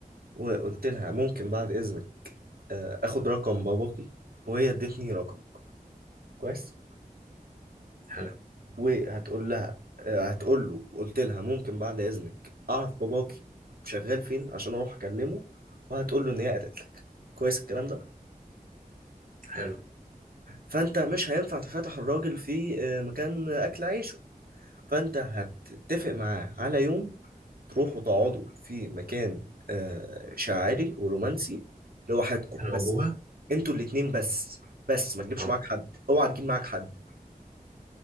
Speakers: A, on the right; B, on the right.
A: وقلت لها ممكن بعد إذنك آه، آخد رقم باباكي وهي ادتني رقم كويس
B: حلو
A: وهتقول لها آه، هتقول له وقلت لها ممكن بعد إذنك أعرف باباكي شغال فين عشان أروح أكلمه وهتقول له إن هي قالت لك كويس الكلام ده
B: حلو
A: فأنت مش هينفع تفتح الراجل في آه، مكان أكل عيش فانت هتتفق معاه على يوم تروحوا تقعدوا في مكان آه، شاعري ورومانسي لوحدكم
B: حلو
A: بس
B: ابوها
A: انتوا الاتنين بس بس ما تجيبش
B: اه
A: معاك حد اوعى تجيب معاك حد